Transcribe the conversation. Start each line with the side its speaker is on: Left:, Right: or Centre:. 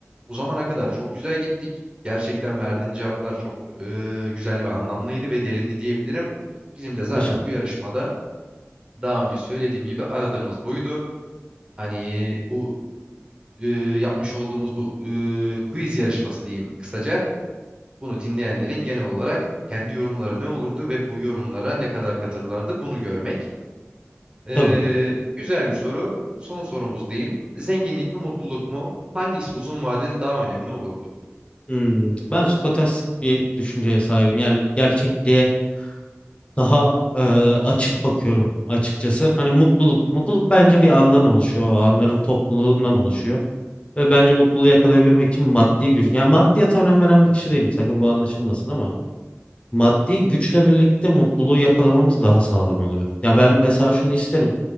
Right: O zamana kadar çok güzel gittik. Gerçekten verdiğin cevaplar çok ee, güzel ve anlamlıydı ve derindi diyebilirim. Bizim de zaten
Left: Teşekkür.
Right: bu yarışmada daha önce söylediğim gibi aradığımız buydu. Hani bu e, yapmış olduğumuz bu e, quiz yarışması diyeyim kısaca. Bunu dinleyenlerin genel olarak kendi yorumları ne olurdu ve bu yorumlara ne kadar katırlardı bunu görmek. Ee,
Left: Tabii ki.
Right: güzel bir soru. Son sorumuz diyeyim. Zenginlik mi mutluluk mu? Hangisi uzun vadede daha önemli olurdu?
Left: Hmm, ben Skotastik bir düşünceye sahibim. Yani gerçekliğe daha e, açık bakıyorum açıkçası. Hani mutluluk, mutluluk bence bir andan oluşuyor. O anların topluluğundan oluşuyor. Ve bence mutluluğu yakalayabilmek için maddi güç. Yani maddiyata önem veren
Right: Hı
Left: bir
Right: hı.
Left: kişi değilim. Sakın bu anlaşılmasın ama maddi güçle birlikte mutluluğu yakalamamız daha sağlam oluyor. Ya ben mesela şunu isterim.